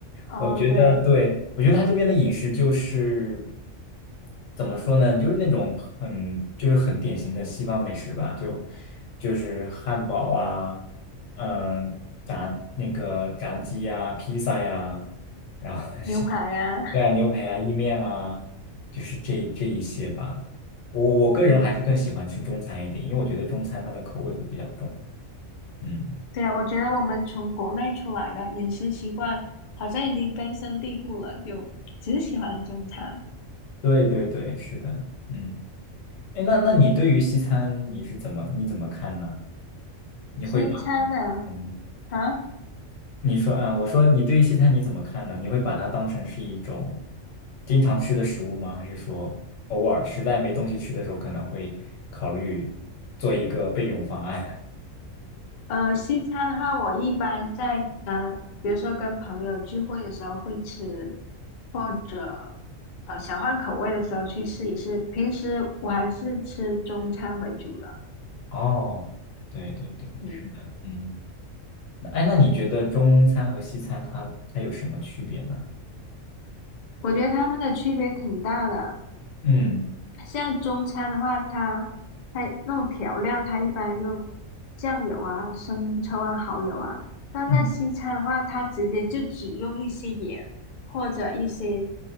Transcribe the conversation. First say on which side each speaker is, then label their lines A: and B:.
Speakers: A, on the left; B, on the left.
A: 哦，
B: 我觉得，
A: 对，
B: 对，我觉得他这边的饮食就是怎么说呢，就是那种很就是很典型的西方美食吧，就就是汉堡啊，嗯，炸那个炸鸡呀、披萨呀、然后 <laughs>
A: 牛排呀、
B: 像。对啊，牛排啊，意面啊，就是这这一些吧。
A: <laughs>
B: 我我个人还是更喜欢吃中餐一点，
A: 嗯
B: 因为我觉得中餐它的口味会比较重。嗯，
A: 对啊，我觉得我们从国内出来的饮食习惯好像已经根深蒂固了，就只喜欢中餐。
B: 对对对，是的。嗯，哎，那那你对于西餐你是怎么你怎么看呢？你会把
A: 西餐的
B: 嗯，
A: 啊，
B: 你说啊，我说你对于西餐你怎么看呢？你会把它当成是一种经常吃的食物吗？还是说偶尔实在没东西吃的时候，可能会考虑做一个备用方案？
A: 呃，西餐的话，我一般在呃，比如说跟朋友聚会的时候会吃，或者呃想换口味的时候去试一试。平时我还是吃中餐为主的，
B: <laughs> 哦，对对对。
A: 嗯，
B: 嗯。那哎，那你觉得中餐和西餐它它有什么区别呢？
A: 我觉得他们的区别挺大的。
B: 嗯
A: 像中餐的话，它它那种调料，它一般用酱油啊、生抽啊、蚝油啊。但在西餐的话，
B: 嗯
A: 它直接就只用一些盐或者一些